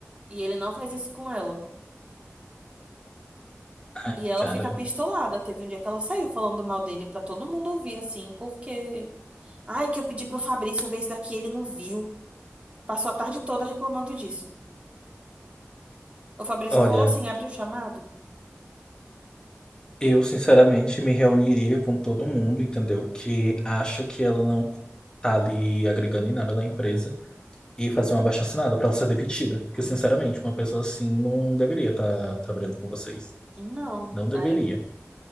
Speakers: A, on the right (about 25°); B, on the left (about 20°).
A: E ele não faz isso com ela.
B: Ai,
A: E ela
B: cara.
A: fica pistolada. Teve um dia que ela saiu falando mal dele pra todo mundo ouvir, assim, porque. Ai, que eu pedi pro Fabrício ver isso daqui, ele não viu. Passou a tarde toda reclamando disso. O Fabrício
B: Olha.
A: só falou assim: abre o chamado?
B: Eu, sinceramente, me reuniria com todo mundo, entendeu? Que acha que ela não tá ali agregando em nada na empresa e fazer uma abaixo-assinado pra ela ser demitida. Porque, sinceramente, uma pessoa assim não deveria estar trabalhando com vocês.
A: Não.
B: Não deveria.
A: Aí,